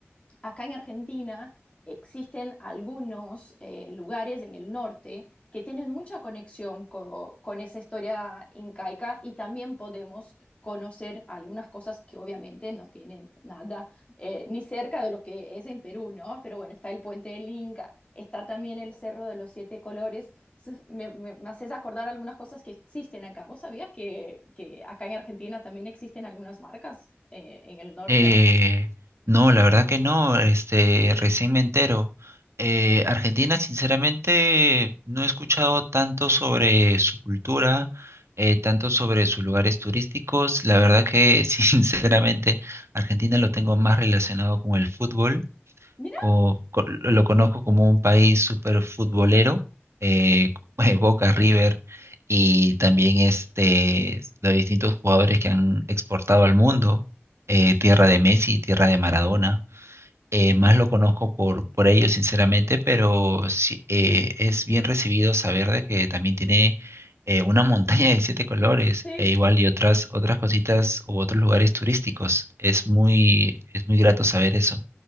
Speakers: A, on the left; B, on the right.
A: acá en Argentina existen algunos eh, lugares en el norte que tienen mucha conexión con, con esa historia incaica y también podemos conocer algunas cosas que obviamente no tienen nada eh, ni cerca de lo que es en Perú, ¿no? Pero bueno, está el puente del Inca, está también el Cerro de los Siete Colores. Entonces, Me, me, me haces acordar algunas cosas que existen acá. ¿Vos sabías que, que acá en Argentina también existen algunas marcas eh, en el norte?
B: Eh, no, la verdad que no, este, recién me entero. Eh, Argentina, sinceramente, no he escuchado tanto sobre su cultura, eh, tanto sobre sus lugares turísticos. La verdad que, <laughs> sinceramente, Argentina lo tengo más relacionado con el fútbol
A: Mira,
B: co- co- lo conozco como un país súper futbolero, eh, <laughs> Boca, River y también este, los distintos jugadores que han exportado al mundo, eh, tierra de Messi, tierra de Maradona. Eh, más
A: Totalmente.
B: lo conozco por, por ellos, sinceramente, pero sí, eh, es bien recibido saber de que también tiene eh, una montaña de siete colores,
A: sí,
B: e igual y otras, otras cositas u otros lugares turísticos. Es muy, es muy grato saber eso.